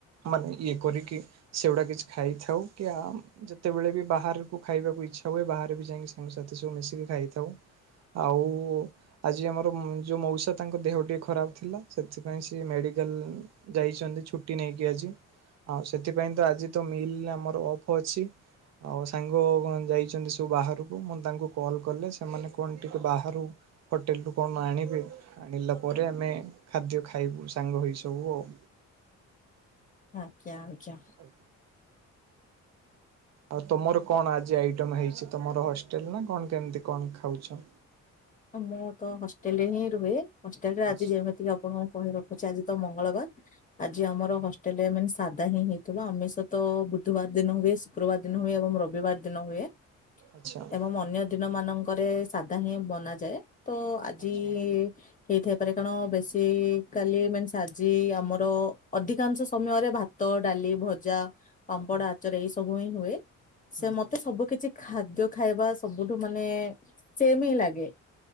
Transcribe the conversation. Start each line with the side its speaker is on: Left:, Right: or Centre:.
Right: ମାନେ ଇଏ କରିକି ସେଗୁଡା କିଛି ଖାଇଥାଉ କି ଆ ଯେତେବେଳେ ବି ବାହାରକୁ ଖାଇବାକୁ ଇଚ୍ଛା ହୁଏ ବାହାରେ ବି ଯାଇକି ସାଙ୍ଗ ସାଥି ସବୁ ମିଶିକି ଖାଇଥାଉ। ଆଉ ଆଜି ଆମର ଯେଉଁ ମଉସା ତାଙ୍କ ଦେହ ଟିକେ ଖରାପ ଥିଲା ସେଥିପାଇଁ ସିଏ ମେଡିକାଲ ଯାଇଛନ୍ତି ଛୁଟି ନେଇକି ଆଜି। ଆଉ ସେଥିପାଇଁ ତ ଆଜି ତ ମିଲ୍ ଆମର ଅଫ୍ ଅଛି। ଆଉ ସାଙ୍ଗ ଯାଇଛନ୍ତି ସବୁ ବାହାରକୁ ମୁଁ ତାଙ୍କୁ କଲ୍ କଲେ ସେମାନେ କଣ ଟିକେ ବାହାରୁ ହୋଟେଲରୁ କଣ ଆଣିବେ ଆଣିଲା ପରେ ଆମେ ଖାଦ୍ୟ ଖାଇବୁ ସାଙ୍ଗ ହୋଇସବୁ ଆଉ।
Left: ଆଜ୍ଞା ଆଜ୍ଞା।
Right: <unintelligible> ଆଉ ତମର କଣ ଆଜି ଆଇଟମ ହେଇଛି ତମର ହଷ୍ଟେଲ ନା କଣ କେମିତି କଣ ଖାଉଛ?
Left: ମୁଁ ତ ହଷ୍ଟେଲ ରେ ହିଁ ରୁହେ ହଷ୍ଟେଲ ରେ
Right: ଆଚ୍ଛା
Left: ଆଜି ଯେମିତି ଆପଣଙ୍କୁ କହି ରଖୁଛି ଆଜି ତ ମଙ୍ଗଳବାର। ଆଜି ଆମର ହଷ୍ଟେଲରେ ମାନେ ସାଧା ହିଁ ହେଇଥିବ ଆମିଷ ତ ବୁଧବାର ଦିନ ହୁଏ ଶୁକ୍ରବାର ଦିନ ହୁଏ ଏବଂ ରବିବାର ଦିନ ହୁଏ।।
Right: ଆଚ୍ଛା।
Left: ଏବଂ ଅନ୍ୟ ଦିନ ମାନଙ୍କରେ ସାଧା ହିଁ ବନାଯାଏ ତ ଆଜି
Right: ଆଚ୍ଛା
Left: ହେଇଥାଇପାରେ କାରଣ ବେଶି କାଲି ମାନେ ସା ଆଜି ଆମର ଅଧିକାଂଶ ସମୟରେ ଭା ଭାତ ଡାଲି ଭଜା ପାମ୍ପଡ
Right: ହୁଁ
Left: ଆଚାର ଏଇ ସବୁ ହିଁ ହୁଏ। ସେ
Right: ହୁଁ।
Left: ମତେ ମତେ ସବୁ କିଛି ଖାଦ୍ୟ ଖାଇବା ସବୁଠୁ ମାନେ ସେମ ହିଁ ଲାଗେ।